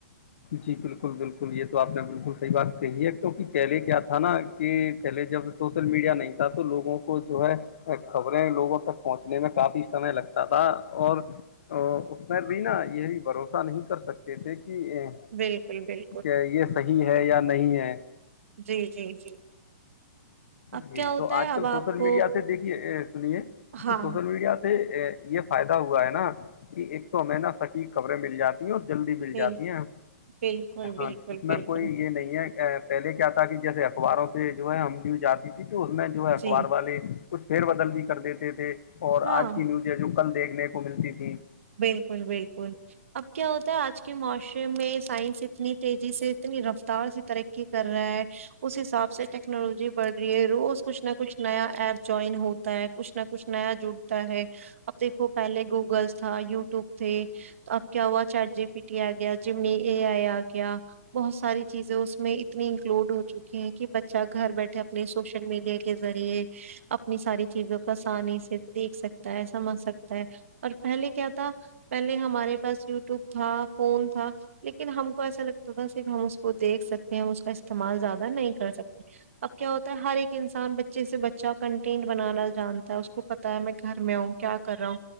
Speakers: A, on the left; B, on the right.
A: جی بلکل بلکل یہ تو آپ نے بلکل صحیح بات کہی ہے کیونکہ کیلے کیا تھا نا کہ پہلے جب سوشل میڈیا نہیں تھا تو لوگوں کو جو ہے خبریں لوگوں تک پہنچنے میں کافی سمے لگتا تھا اور اس میں بھی نا یہی بھروسہ نہیں کر سکتے تھے کہ
B: بلکل بلکل
A: کہ یہ صحیح ہے یا نہیں ہے
B: جی جی جی اب
A: جی
B: کیا ہوتا
A: تو
B: ہے
A: آج
B: اب
A: کل
B: آپ
A: سوشل
B: کو
A: میڈیا سے دیکھیے سنیے
B: ہاں
A: کہ سوشل میڈیا سے یہ فائدہ ہوا ہے نا کہ ایک تو ہمیں نا سٹیک خبریں مل جاتی یوں جلدی مل
B: بل
A: جاتی ہیں
B: بالکل
A: ہاں
B: بالکل
A: اس
B: بالکل
A: میں کوئی یہ نہیں ہے پہلے کیا تھا کہ جیسے اخباروں سے جو ہے ہم نیوز آتی تھی تو اس میں جو ہے اخبار
B: جی
A: والے کچھ پھیر بدل بھی کر دیتے تھے اور
B: ہاں
A: آج کی نیوز ہے جو کل دیکھنے کو ملتی تھی
B: بلکل بلکل اب کیا ہوتا ہے آج کے معاشرے میں سائنس اتنی تیزی سے اتنی رفتار سی ترقی کر رہا ہے اس حساب سے ٹیکنالوجی بڑھ رہی ہے روز کچھ نہ کچھ نیا ایپ جوائن ہو کچھ نہ کچھ نیا جڑتا ہے اب دیکھو پہلے گوگلس تھا یوٹیوب تھے تو اب کیا ہوا چار جی پی ٹی آ گیا ج میں اے آئی آ گیا بہت ساری چیزیں اس میں اتنی انکلوڈ ہو چکی ہیں کہ بچہ گھر بیٹھے اپنے سوشل میڈیا کے کے ذریعے اپنی ساری چیزوں کو آسانی سے دیکھ سکتا ہے سمجھ سکتا ہے اور پہلے کیا تھا پہلے ہمارے پاس یوٹیوب تھا فون تھا لیکن ہم کو ایسا لگتا تھا صرف ہم اس کو دیکھ سکتے ہیں ہم اس کا استعمال زیادہ نہیں کر سکتے اب کیا ہوتا ہے ہر ایک انسان بچے سے بچہ کنٹینٹ بنانا جانتا ہے اس کو پتاہ ہے میں گھر میں آوںں کیا کر رہا ہوں